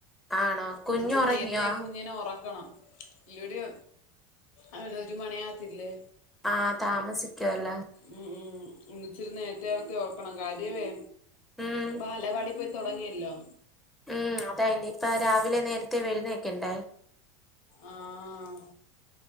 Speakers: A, in the centre; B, on the left.
A: ആണോ
B: ഇന്നിച്ചിരി
A: കുഞ്ഞ് ഉറങ്ങിയോ
B: നേരത്തെ കുഞ്ഞിനെ ഒറക്കണം. ഇവട്യൊ അവനൊരു മണിയാവത്തില്ലേ?
A: ആഹ്, താമസിക്കാലോ
B: ഉം, ഉം ഇന്നിച്ചിരു നേരത്തെ കിടത്തി ഒർക്കണം. കാര്യ വേ
A: ഉം
B: ബാലവാടിപ്പൊ തൊടങ്ങിയല്ലോ
A: ഉം, അതായിനിപ്പ രാവിലെ നേരത്തെ എഴുന്നേക്കെണ്ടേ
B: ആഹ്,